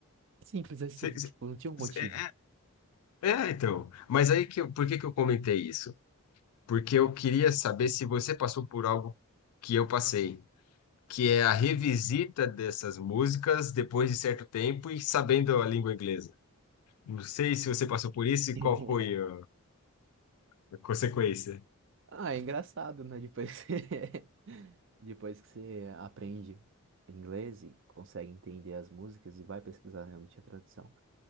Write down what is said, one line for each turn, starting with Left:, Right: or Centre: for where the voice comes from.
Right: simples assim,
Left: Cê-
Right: tipo, não tinha um motivo.
Left: cê- É, então. Mas aí que eu, por que que eu comentei isso? Porque eu queria saber se você passou por algo que eu passei, que é a revisita dessas músicas depois de certo tempo e sabendo a língua inglesa. Não sei se você passou por isso e
Right: <laughs>
Left: qual foi a a consequência.
Right: Ah, é engraçado, né? Depois que, <laughs> depois que você aprende inglês e consegue entender as músicas e vai pesquisar realmente a tradução.